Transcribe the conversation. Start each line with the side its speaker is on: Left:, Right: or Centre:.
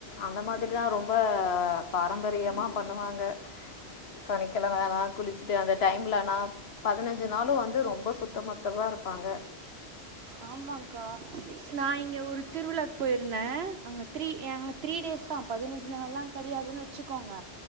Left: அந்த மாரி தா ரொம்ப ப பாரம்பரியமா பண்ணுவாங்க சனிக்கெழமல்லா குளிச் சிட்டு அந்த டைமிலனா பதினஞ்சு நாளு வந்து ரொம்ப சுத்தமத்தமா இருப்பாங்க
Right: ஆமாங்கா நா இங்க ஒரு திருவிழாக்கு போயிருந்தே அங்க த்ரீ ஏ த்ரீ டேஸ் தா பதினஞ்சு நாள்லா கெடையாதுன்னு வச்சுக்கோங்க